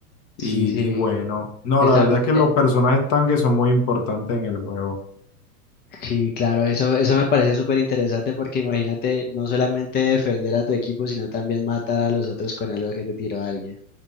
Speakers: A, on the left (about 20°); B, on the left (about 40°).
A: sí,
B: Y,
A: sí.
B: y bueno, no,
A: Esa,
B: la verdad es que
A: eh,
B: los personajes tanques son muy importantes en el juego.
A: sí, claro, eso, eso me parece súper interesante porque imagínate no solamente defender a tu equipo, sino también matar a los otros con algo que te tiró a alguien.